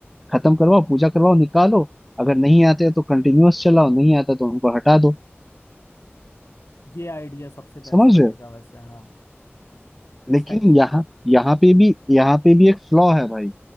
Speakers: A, in the centre; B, on the left (about 70°).
A: खत्म करवाओ पूजा करवाओ निकालो अगर नहीं आते हैं तो कंटिन्यूअस चलाओ नहीं आता तो उनको हटा दो
B: ये आइडिया सबसे बेस्ट
A: समझ
B: रहेगा
A: रहे हो
B: वैसे हाँ इस
A: लेकिन
B: टाइप से
A: यहाँ यहाँ पे भी यहाँ पे भी एक फ्लॉ है भाई